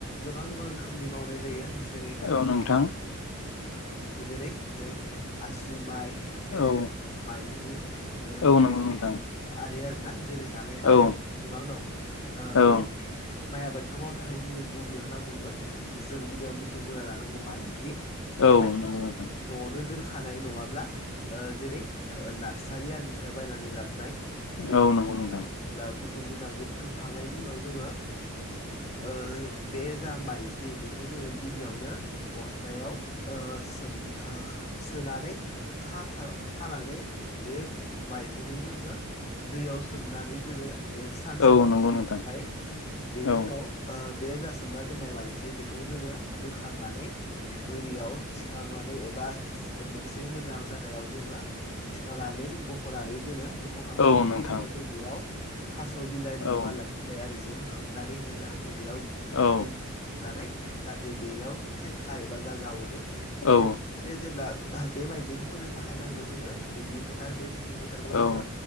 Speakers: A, on the left; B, on the left.
A: गोबां गोबां रोखोमनि मावनाय जायो जेरै
B: औ नोंथां
A: जेरै जै आसु माइ ए
B: औ
A: माइज्लि ओ
B: औ
A: जेरै
B: नंगौ नोंथां
A: आरि आरोना जेरै जानाय माइ
B: औ
A: आरि गोबां दं ओ
B: औ
A: बे माइ आबादखौ मावनो थाखाय जोनो गुबैयाव नों नांबोगोन जों गुबैयाउनो बुथुम ग्रोना लानांगौ माइज्लि बे
B: औ
A: माइ
B: नंगौ नोंथां
A: न'आवनो दोनखानाय नङाब्ला ओ जेरै नार्सारि आरिनिफ्राय बायनानै लाबोनाय बेफोर
B: औ नंगौ नोंथां
A: बुथुमग्रोनांगौ बुथुमखांनायनि उनाव जोङो ओ बे जा माइज्लि बेखौ जोङो गिबियावनो बस्थायाव ओ सोम ओ सोनानै खाथा खानानै बे माइज्लिखौ जोङो दैयाव सोमनानै दोनो सानसेबा
B: औ
A: ओमफाय
B: नंगौ नोंथां
A: बेनि
B: औ
A: उनाव ओ बे जासोमना दोननाय माइज्लि बेखौ जोङो बोखांनानै बोरियाव थि खांनानै एबा मोनसे मोजां जायगायाव जोङो थिखांनानै बख'नानै दोनो बख'खांनायनि
B: औ नोंथां
A: उनाव जों बेयाव थास' बिलाइ नङाबा
B: औ
A: लाइ बिलाइ आरिजों खोबनानै होयो जाहाथे बेयाव
B: औ
A: गुद मोननानै जाहाथे बेयाव फेंखा एबा गाजा हरो गुबुन
B: औ
A: बे जेब्ला बे माइज्लिखौ फोनो थाखाय नांगौ जोंनो दुब्लि फोथार बे दु ब्लि फोथारखौ
B: औ
A: जोङो